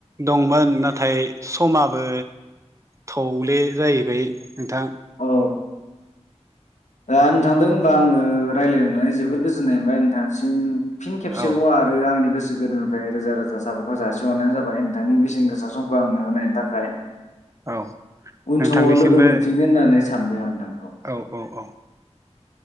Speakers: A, on the right; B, on the left.
A: दंमोन नाथाय समाबो थौले जाहैबाय नोंथां
B: औ दा नोंथांदों होनबा आङो रायजलायनो मोननानै जोबोद गोजोननाय मोनबाय नोंथांसिम फिन खेबसेबाव
A: औ
B: आरो आंनि गोस गोसो गोरबोनिफ्राय रोजा रोजा साबायखर जासिहरनायानो जाबाय ओम बेसेन गोसा समखौ आंनो होनायनि थाखाय हाय
A: औ
B: उन
A: नोंथांनिसिमबो
B: समाव लोगो मोनफिनगोन होननानै सानबाय आं नोंथां
A: औ औ औ